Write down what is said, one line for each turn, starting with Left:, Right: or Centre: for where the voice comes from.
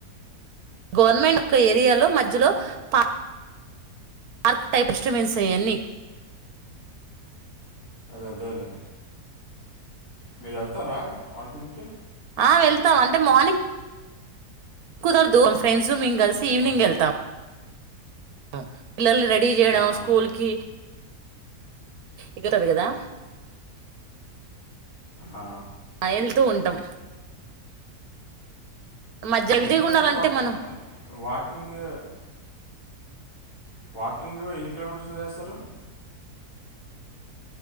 Right: గవర్నమెంట్ ఒక ఏరియాలో మధ్యలో పా పార్క్ టైప్స్మన్సేయన్ని
Left: అదేలే మీరు వెళ్తారా వాటి నుంచి
Right: ఆ వెళ్తాం అంటే మార్నింగ్ కుదరదు ఫ్రెండ్స్ మేము కలిసి ఈవినింగ్
Left: ఆ,
Right: వెళ్తాం ఆ పిల్లలని రెడీ చేయడం
Left: ఆహా.
Right: స్కూల్ కి ఎకుతది కదా
Left: ఆ,
Right: వెళ్తూ ఉంటాం మధ్య
Left: ఎన్ని
Right: హెల్తీగా
Left: కిలో
Right: ఉండాలంటే
Left: మీటర్స్ వాకింగ్
Right: మనం
Left: వాకింగ్ వాకింగ్ ఎన్ని కిలోమీటర్స్ చేస్తారు బ్రలు